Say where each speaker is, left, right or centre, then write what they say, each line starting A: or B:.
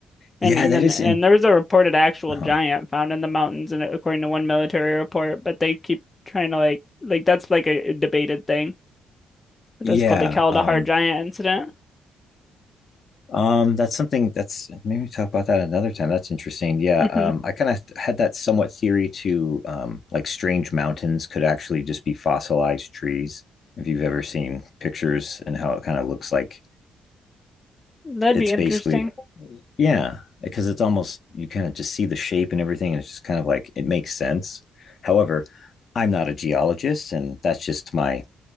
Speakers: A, on the left (about 55°); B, on the left (about 30°).
A: yeah,
B: And even
A: that is
B: and
A: in.
B: there was a reported actual
A: Huh.
B: giant found in the mountains and according to one military report, but they keep trying to like like that's like a debated thing. That's
A: Yeah,
B: called the Kaldahar
A: um,
B: giant incident.
A: um, that's something that's maybe we talk about that another time. That's interesting. Yeah,
B: hmm
A: um, I kind of had that somewhat theory to um, like strange mountains could actually just be fossilized trees. If you've ever seen pictures and how it kind of looks like
B: That'd
A: it's
B: be interesting.
A: basically yeah, because it's almost you kind of just see the shape and everything, and it's just kind of like it makes sense. However, I'm not a geologist, and that's just my